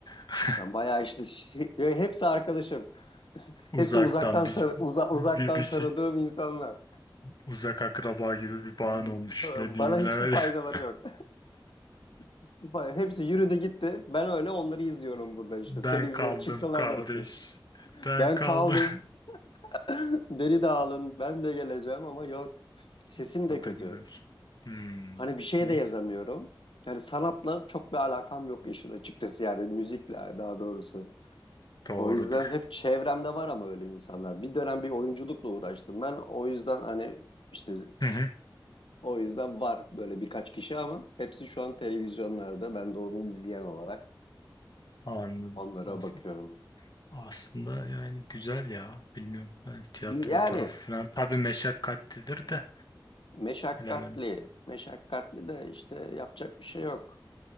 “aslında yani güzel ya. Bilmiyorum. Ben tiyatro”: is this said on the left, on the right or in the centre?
Left